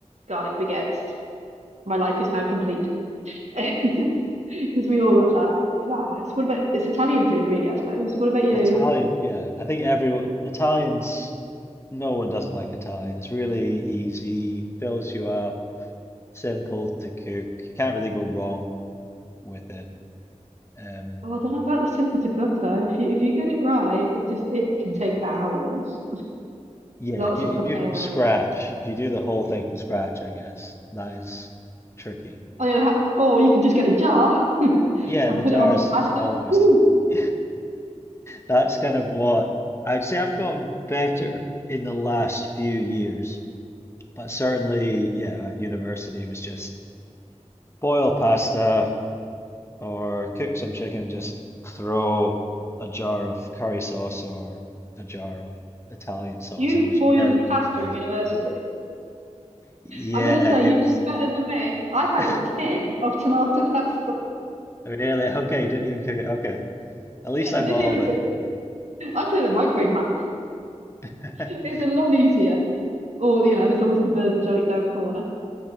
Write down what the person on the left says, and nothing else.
Italian, yeah. I think everyone, Italians, no one doesn't like Italian. It's really easy, fills you up, simple to cook. You can't really go wrong with it. Um,
Yeah,
if you,
you
do from scratch, if you do the whole thing from scratch, I guess that is tricky.
Yeah,
the
jars
is always
<laughs> that's kind of what I'd say I've gotten better in the last few years, but certainly, yeah, at university it was just boil pasta or cook some chicken, just throw a jar of curry sauce or a jar of Italian sauce.
I was
very
lazy.
Yeah,
it
was.
<laughs>
Really? <laughs> Okay, you didn't even cook it. Okay.
At least
I balled
up.
<laughs>